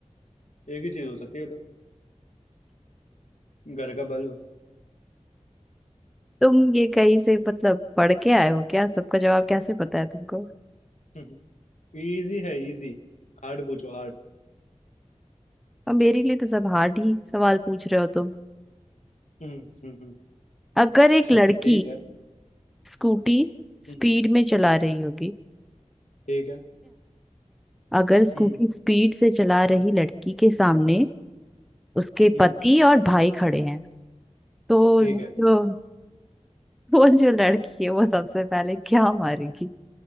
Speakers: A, on the left (about 75°); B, in the centre.
A: एक ही चीज हो सकती है ये तो घर का बल्ब
B: तुम ये कहीं से मतलब पढ़ के आए हो क्या सबका जवाब कैसे पता है तुमको
A: <laughs> इजी है इजी हार्ड पूछो
B: और मेरे लिए तो सब हार्ड ही सवाल पूछ रहे हो तुम
A: हार्ड
B: अगर एक लड़की
A: ठीक है
B: स्कूटी
A: हम्म
B: स्पीड में चला रही होगी
A: ठीक है
B: अगर स्कूटी
A: हम्म
B: स्पीड से चला रही लड़की के सामने उसके
A: हम्म
B: पति और भाई खड़े हैं तो
A: ठीक
B: वो
A: है
B: जो वो जो लड़की है वो सबसे पहले क्या मारेगी